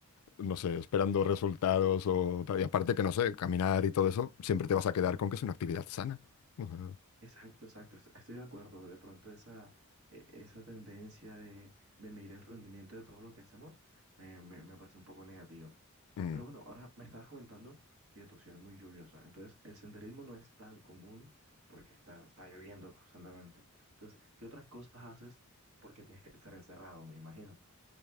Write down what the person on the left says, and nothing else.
no sé, esperando resultados o tal. Y aparte que, no sé, caminar y todo eso, siempre te vas a quedar con que es una actividad sana. O sea,
mm.